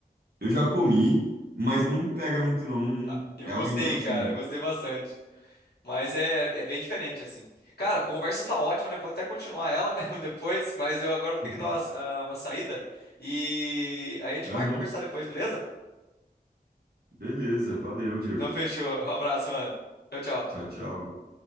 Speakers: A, on the right; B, on the left.
A: Eu já comi, mas não me pega muito, não. Não-
B: Ah, eu
A: é
B: gostei,
A: algo enjoativo.
B: cara. Eu gostei bastante. Mas é, é bem diferente, assim. Cara, a conversa tá ótima, né? Pode até continuar ela <laughs> depois, mas eu agora vou ter
A: <laughs>
B: que dar uma, sa- ah, uma saída. E aí a gente
A: Aham.
B: marca conversar depois, beleza?
A: Beleza, valeu, Diego.
B: Então fechou. <laughs> Um abraço, mano. Tchau, tchau.
A: Tchau, tchau.